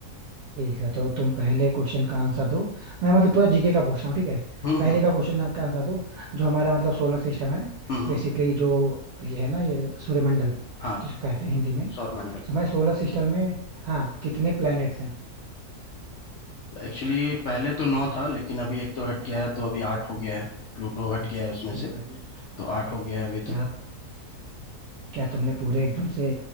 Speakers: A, on the right; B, on the left.
A: ठीक है तो तुम पहले क्वेश्चन का आंसर दो मैं मतलब पूरा जीके का पूछ रहा हूँ ठीक है
B: हम्म
A: पहले
B: हम्म
A: का क्वेश्चन का आंसर दो जो हमारा मतलब सोलर सिस्टम है
B: हम्म हम्म,
A: बेसिकली जो ये है ना ये सूर्यमंडल
B: हाँ
A: जिसको कहते हैं हिंदी में
B: सौर मंडल
A: तो मैं सोलर सिस्टम में हाँ कितने प्लैनेट्स हैं
B: एक्चुअली पहले तो नौ था लेकिन अभी एक तो हट गया है तो अभी आठ हो गया है प्लूटो हट गया है उसमें
A: भाई
B: से तो आठ हो गया है अभी
A: क्या
B: तो
A: क्या तुमने पूरे एकदम से